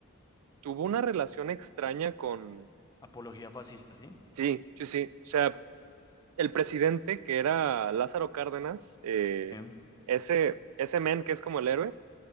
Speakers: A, on the right; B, on the left.
A: tuvo una relación extraña con,
B: Apología fascista, ¿sí?
A: sí, sí, sí, o sea, el presidente que era Lázaro Cárdenas, eh,
B: Sí.
A: ese, ese men que es como el héroe,